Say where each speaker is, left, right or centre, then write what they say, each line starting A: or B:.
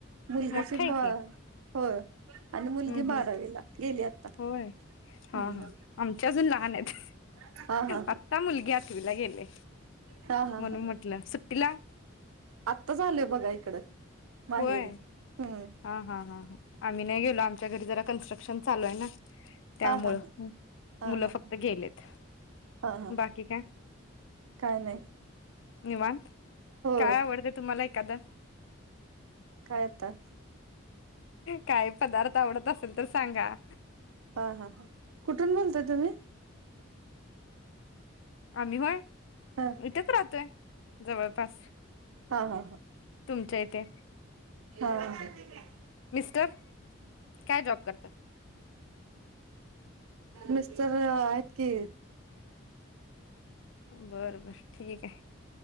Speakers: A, on the right; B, on the left.
A: मुलगीची
B: मोठा आहे की
A: हो आणि मुलगी
B: हम्म
A: बारावीला
B: हम्म
A: गेली आता,
B: होय हा
A: हम्म
B: हा आमच्या अजून लहान आहेत.
A: हा हा
B: आता मुलगी आ ठवीला गेले
A: हा हा
B: म्हणून
A: हा
B: म्हटलं सुट्टीला,
A: आत्ताच आलीय बघा इकड माहेरी
B: होय
A: हम्.
B: हा हा हा ह आम्ही नाही गेलो. आमच्या घरी जरा कन्स्ट्रक्शन चालू आहे. ना त्यामुळ
A: हा हा ह हा
B: मुलं
A: हा
B: फक्त
A: हा
B: गेलेत,
A: हा हा
B: बाकी काय.
A: काय नाही
B: निवांत.
A: होय
B: काय आवडतं तुम्हाला एखादां
A: काय आता.
B: काय पदार्थ आवडत असेल तर सांगा.
A: हा हा ह कुठून बोलताय तुम्ही,
B: आम्ही होय
A: ह
B: इथेच राहतोय जवळपास,
A: हा हा
B: तुमच्या इथे,
A: हा.
B: मिस्टर, काय जॉब करतात.
A: मिस्टर आहेत की.
B: बरोबर. ठीक आहे